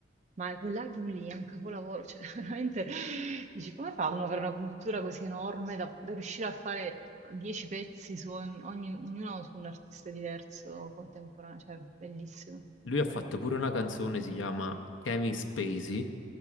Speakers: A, on the right (about 35°); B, on the left (about 85°).
A: ma quell'album lì è un capolavoro, cioè <laughs> veramente dici come fa uno ad avere una cultura così enorme da, da riuscire a fare dieci pezzi su ogni- ogni- ognuno su un artista diverso contemporaneo, cioè bellissimo.
B: Lui ha fatto pure una canzone, si chiama Kevin Spacey,